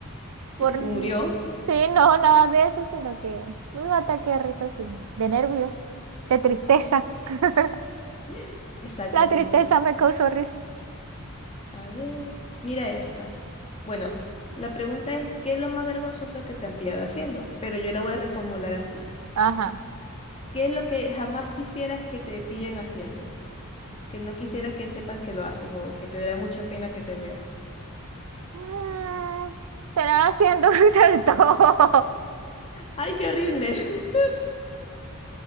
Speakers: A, on the right; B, on the left.
A: por,
B: De que se murió.
A: sí, no, nada de eso, sino que un ataque de risa, sí, de nervio, de tristeza. <laughs>
B: <laughs> Exacto,
A: La
B: sí.
A: tristeza me causó risa.
B: A ver, mira esta. Bueno, la pregunta es, ¿qué es lo más vergonzoso que te han pillado haciendo? Pero yo la voy a reformular así.
A: Ajá.
B: ¿Qué es lo que jamás quisieras que te pillen haciendo? Que no quisieras que sepan que lo haces o que te dará mucha pena que te vean.
A: Mm, será haciendo <laughs> del todo.
B: ¡Ay, qué horrible! <laughs>